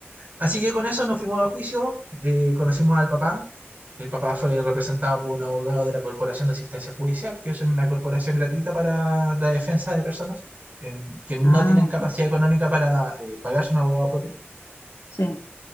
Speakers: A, on the right; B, on the left.
A: Así que con eso nos fuimos a juicio, eh, conocimos al papá. El papá fue representado por un abogado de la Corporación de Asistencia Judicial, que es una corporación gratuita para la defensa de personas en- que no
B: Ah,
A: tienen capacidad
B: ok,
A: económica para eh, pagarse un abogado propio.
B: sí.